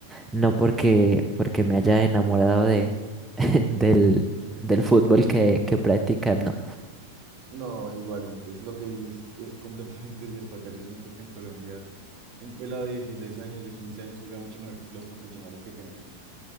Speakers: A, in the centre; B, on the right.
A: No porque, porque me haya enamorado de, <laughs> del, del fútbol que, que practican, no.
B: No, igualmente, es lo que dices, es completamente <laughs> cierto. Acá yo siento que en Colombia un pelado de 16 años, de 15 años, juega mucho mejor que los profesionales que tenemos.